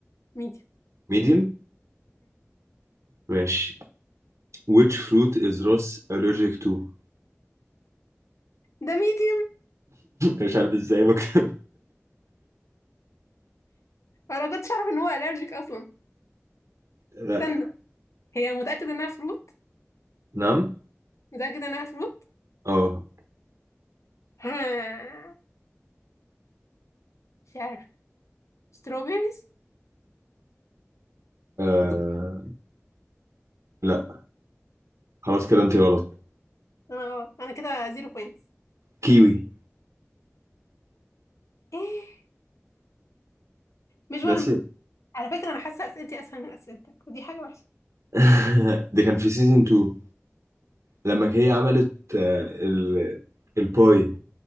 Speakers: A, on the left; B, on the right.
A: ميديوم
B: ميديوم ماشي which fruit is Ross allergic to <laughs>
A: ده ميديوم
B: مش عارف ازاي بك <laughs>
A: فانا كنتش اعرف ان هو الرجيك اصلا
B: لا
A: استنى هي متاكده انها فروت
B: نعم
A: متاكده انها فروت
B: اه
A: ها، مش عارف ستروبيريز
B: آه، لا خلاص كده انت غلط
A: انا غلط انا كده زيرو بوينتس
B: كيوي
A: ايه، مش مهم
B: ناس
A: على فكره انا حاسه اسئلتي اسهل من اسئلتك ودي حاجه وحشه
B: <laughs> دي كان في سيزون 2 لما هي عملت آه، ال... الباي